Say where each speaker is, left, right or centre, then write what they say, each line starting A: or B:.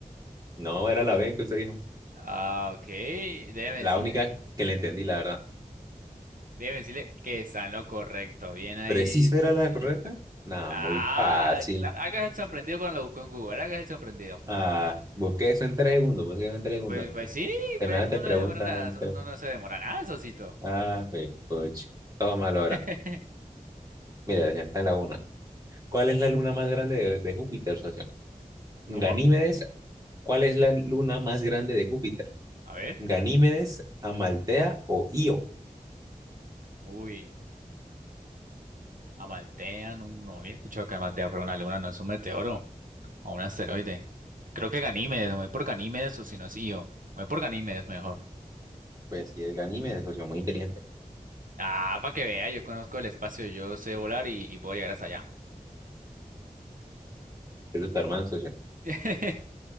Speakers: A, on the right (about 25°); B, on the right (about 70°).
A: No, era la B que usted dijo.
B: Ah, ok, déjame
A: La
B: decir.
A: única que le entendí, la verdad.
B: Déjeme decirle que está en lo correcto. Bien ahí,
A: ¿Pero sí era
B: Sosito.
A: la correcta? Nada,
B: Ah,
A: muy fácil.
B: claro, hagas el sorprendido cuando lo buscó en Google, hagas el sorprendido.
A: Ah, busqué eso en tres segundos, busqué eso en tres segundos.
B: Pues, pues sí,
A: Semejante
B: pues uno
A: pregunta.
B: no se demora nada,
A: en
B: so-
A: tres-
B: uno no se demora nada, Sosito.
A: Ah, pues, puch. Todo mal
B: <laughs>
A: ahora. Mira, ya está en la una. ¿Cuál es la luna más grande de, de Júpiter, socio? Ganímedes.
B: ¿Cómo?
A: ¿Cuál es la luna más grande de Júpiter?
B: A ver,
A: Ganímedes,
B: pregunta.
A: Amaltea o Io.
B: Uy, Amaltea, no, no había escuchado que Amaltea fuera una luna, no es un meteoro o un asteroide. Creo que Ganímedes, me voy por Ganímedes o si no es Io. Me voy por Ganímedes mejor.
A: Pues si es Ganímedes, socio, muy inteligente.
B: Ah, para que vea, yo conozco el espacio, yo sé volar y, y puedo llegar hasta allá.
A: Es Superman, socio.
B: <laughs>